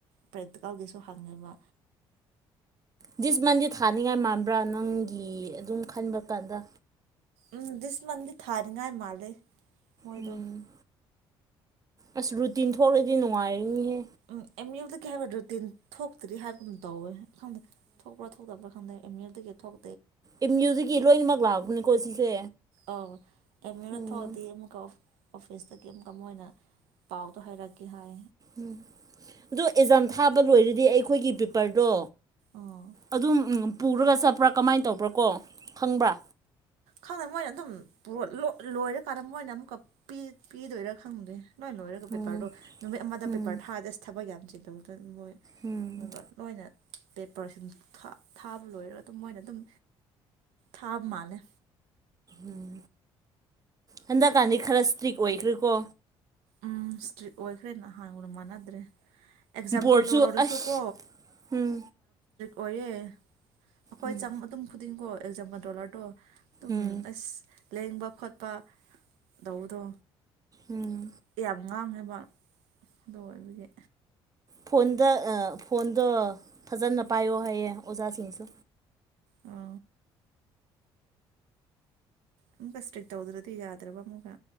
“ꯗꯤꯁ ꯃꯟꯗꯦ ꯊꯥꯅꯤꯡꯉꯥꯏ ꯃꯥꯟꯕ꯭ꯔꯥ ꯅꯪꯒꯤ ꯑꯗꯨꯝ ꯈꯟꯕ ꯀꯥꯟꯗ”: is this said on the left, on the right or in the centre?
Right